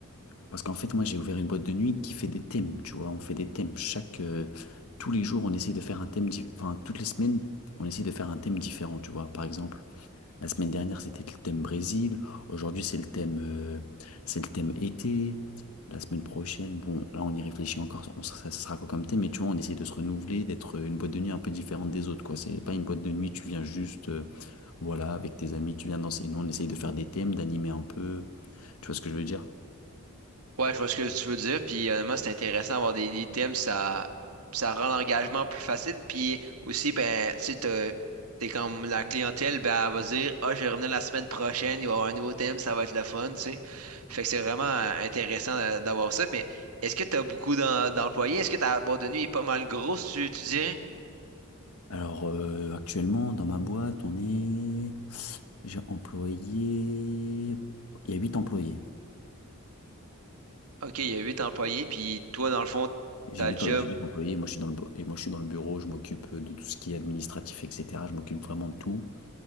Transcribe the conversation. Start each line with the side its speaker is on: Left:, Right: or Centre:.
Left: Parce qu'en fait, moi, j'ai ouvert une boîte de nuit qui fait des thèmes, tu vois. On fait des thèmes. Chaque, euh, tous les jours, on essaie de faire un thème, di- enfin, toutes les semaines, on essaie de faire un thème différent, tu vois. Par exemple, la semaine dernière, c'était le thème Brésil. Aujourd'hui, c'est le thème, euh, c'est le thème été. La semaine prochaine, bon, là, on y réfléchit encore. On, ça, ça sera quoi comme thème? Mais tu vois, on essaie de se renouveler, d'être une boîte de nuit un peu différente des autres, quoi. C'est pas une boîte de nuit, tu viens juste, euh, voilà, avec tes amis, tu viens danser. Nous, on essaye de faire des thèmes, d'animer un peu. Tu vois ce que je veux dire?
Right: Ouais, je vois ce que tu veux dire. Puis honnêtement, c'est intéressant d'avoir des, des thèmes, ça, ça rend l'engagement plus facile. Puis aussi, ben, tu sais, t'as- t'es comme la clientèle, ben, elle va se dire, ah, je vais revenir la semaine prochaine, il va y avoir un nouveau thème, ça va être le fun, tu sais. Fait que c'est vraiment euh, intéressant d'a- d'avoir ça. Mais est-ce que t'as beaucoup d'em- d'employés? Est-ce que ta boîte de nuit est pas mal grosse, tu, tu dirais?
Left: Alors, euh, actuellement, dans ma boîte, on est, j'ai employé, il y a huit employés.
Right: Ok, il y a huit employés, puis toi, dans le fond,
Left: J'ai
Right: ta
Left: huit
Right: job.
Left: j'ai huit employés, moi je suis dans le, bu- et moi je suis dans le bureau, je m'occupe de tout ce qui est administratif, etc. Je m'occupe vraiment de tout.